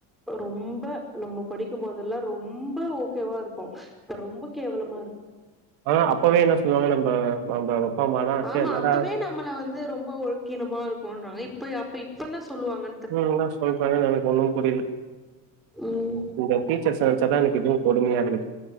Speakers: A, in the centre; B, on the right.
A: ரொம்ப நம்ம படிக்கும் போதெல்லாம் ரொம்ப ஓகேவா இருக் கும் இப்ப ரொம்ப கேவலமா இருக்கு
B: ஆ அப்பவே என்ன சொல்லுவாங்க நம்ப நம்ப அப்பா அம்மாலா ச்சே
A: ஆமா
B: என்னடா
A: அப்பவே நம்மள வந்து ரொம்ப ஒழுக்கீனமா இருக்கோன்றாங்க இப்ப அப்ப இப்ப என்ன சொல்லுவாங்க
B: ம் என்ன சொல்றாங்கனு எனக்கு ஒன்னும் புரியி
A: ம்
B: இந்த டீச்சர்ஸ் நெனைச்ச தான் எனக்கு இனும் கொடுமையா இருக்குது